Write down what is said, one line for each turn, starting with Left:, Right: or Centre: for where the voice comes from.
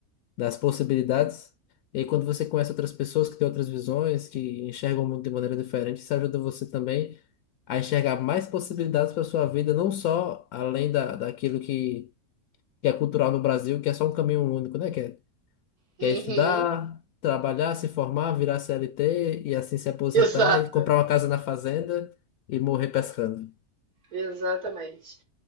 Left: das possibilidades. E aí, quando você conhece outras pessoas que têm outras visões, que enxergam o mundo de maneira diferente, isso ajuda você também a enxergar mais possibilidades para sua vida, não só além da, daquilo que, que é cultural no Brasil, que é só um caminho único, né? Que é,
Right: Uhum,
Left: que é estudar, trabalhar, se formar, virar CLT e assim se aposentar
Right: exato,
Left: e comprar uma casa na fazenda e morrer pescando.
Right: exatamente.